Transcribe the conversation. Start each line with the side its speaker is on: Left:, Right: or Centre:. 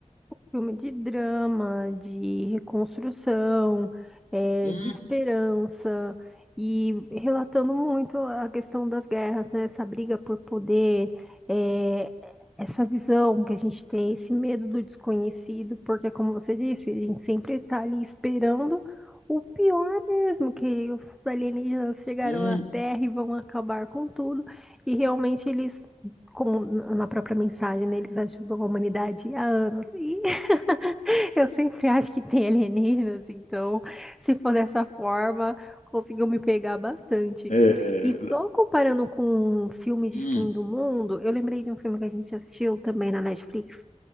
Centre: Filme de drama, de reconstrução, eh,
Left: Hum,
Centre: de esperança e relatando muito a questão das guerras, né? Essa briga por poder, eh, essa visão que a gente tem, esse medo do desconhecido, porque, como você disse, a gente sempre está ali esperando o pior mesmo, que os alienígenas chegaram
Left: hum,
Centre: na Terra e vão acabar com tudo, e realmente eles como na na própria mensagem, né, eles ajudam a humanidade há anos. E <laughs> Eu sempre acho que tem alienígenas, então, se for dessa forma, conseguiu me pegar bastante.
Left: é,
Centre: E só comparando com um filme
Left: hum,
Centre: de fim do mundo, eu lembrei de um filme que a gente assistiu também na Netflix.